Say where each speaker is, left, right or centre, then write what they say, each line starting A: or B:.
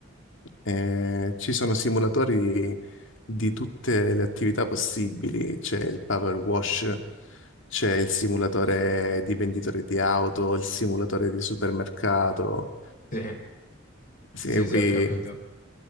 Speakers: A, on the left (about 65°); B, on the left (about 40°).
A: Eh, ci sono simulatori di tutte le attività possibili, c'è il power wash, c'è il simulatore di venditore di auto, il simulatore di supermercato.
B: sì,
A: Sì,
B: sì,
A: puoi,
B: sì, ho capito.